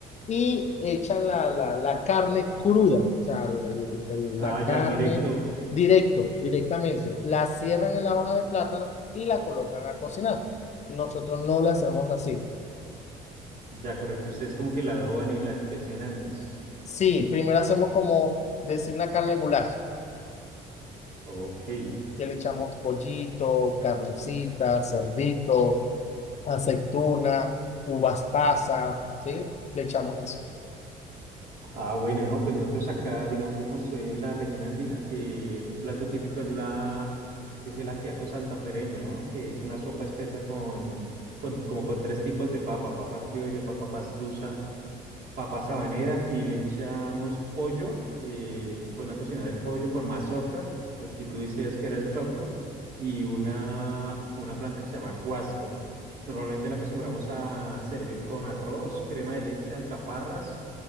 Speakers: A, on the left; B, on the right.
A: y echan la, la, la carne cruda, o sea, el- el-
B: Ah,
A: la carne
B: ya, directo.
A: directo, directamente. La cierran en la hoja de plátano y la colocan a cocinar. Nosotros no la hacemos así.
B: Ya, correcto. Ustedes como que la adoban y la especian antes.
A: Sí, primero hacemos como decir una carne goulash,
B: Ok.
A: que le echamos pollito, carnecita, cerdito aceituna, uvas pasas, ¿sí? Le echamos eso.
B: Ah, bueno, no, pues nosotros acá, digamos, yo como estoy en la región andina, eh, un plato típico es la, es el ajiaco santafereño, ¿no? Que es una sopa espesa con, con, como con tres tipos de papa, papa criolla, papa pastusa, papa sabanera, y le echamos pollo, eh, se pone a cocinar el pollo con mazorca, lo que tú decías que era el choclo, y una, como una planta que se llama guasca. Normalmente la acostumbramos a servir con arroz, crema de leche, alcaparras